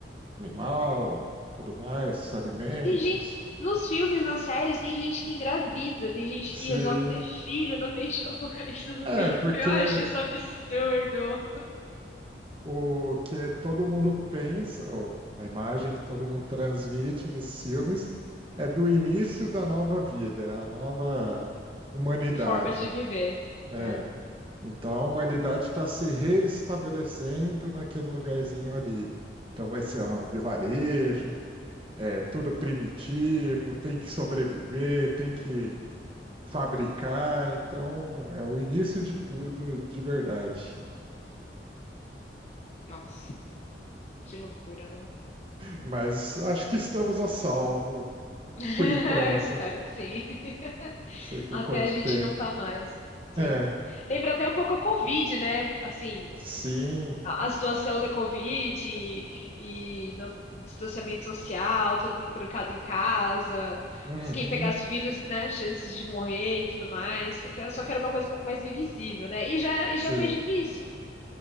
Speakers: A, on the right (about 30°); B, on the left (about 40°).
A: animal, tudo mais, alimentos.
B: Tem gente, nos filmes, nas séries, tem gente que engravida, tem gente que
A: Sim,
B: resolve ter filho no meio de um <laughs> apocalipse zumbi.
A: é, porque
B: Eu acho isso absurdo.
A: o que todo mundo pensa, ou a imagem que todo mundo transmite nesses filmes, é do início da nova vida, é a nova humanidade.
B: Forma de viver,
A: É,
B: né?
A: Então a humanidade está se restabelecendo naquele lugarzinho ali. Então vai ser um vilarejo, é tudo primitivo, tem que sobreviver, tem que fabricar. Então é o início de tudo de verdade.
B: Nossa, que loucura, não?
A: Mas acho que estamos a salvo
B: <laughs>
A: por enquanto.
B: Espero que sim. <laughs>
A: Não sei por
B: Até
A: quanto
B: a gente
A: tempo.
B: não tá mais. Sim.
A: É,
B: Lembra até um pouco a Covid, né? Assim,
A: sim.
B: a, a situação da Covid e, e não- distanciamento social, todo mundo trancado em casa,
A: Uhum,
B: se quem pegasse o vírus, né, chances de morrer e tudo mais. Só que era uma coisa um pouco mais invisível, né? E já, e
A: sim,
B: já foi difícil.